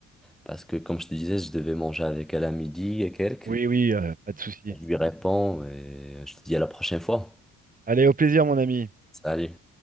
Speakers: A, in the centre; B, on the right.
A: parce que, comme je te disais, je devais manger avec elle à midi et quelques.
B: Oui, oui, euh, pas de souci.
A: Je lui réponds et je te dis à la prochaine fois.
B: Allez, au plaisir mon ami.
A: Salut.